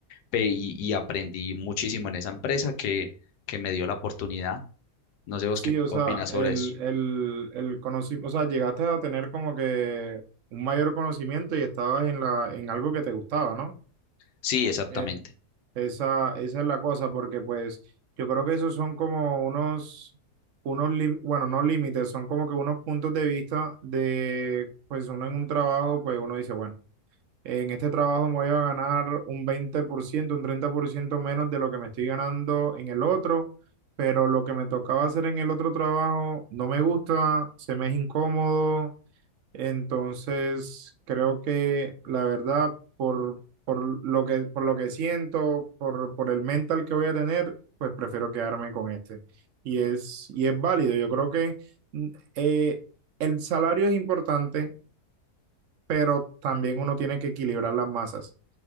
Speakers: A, on the left (about 85°); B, on the right (about 65°).
A: Ve, y, y aprendí muchísimo en esa empresa que, que me dio la oportunidad. No sé vos
B: Sí,
A: qué
B: o sea,
A: opinas sobre
B: el,
A: eso.
B: el, el conocimiento, o sea, llegaste a tener como que un mayor conocimiento y estabas en la, en algo que te gustaba, ¿no?
A: Sí, exactamente.
B: Eh, esa, esa es la cosa, porque pues yo creo que esos son como unos, unos, lim- bueno, no límites, son como que unos puntos de vista de, pues uno en un trabajo, pues uno dice, bueno. En este trabajo me voy a ganar un 20%, un 30% menos de lo que me estoy ganando en el otro, pero lo que me tocaba hacer en el otro trabajo no me gusta, se me es incómodo, entonces creo que la verdad, por, por lo que, por lo que siento, por, por el mental que voy a tener, pues prefiero quedarme con este. Y es, y es válido, yo creo que mm, eh, el salario es importante, pero también uno tiene que equilibrar las masas.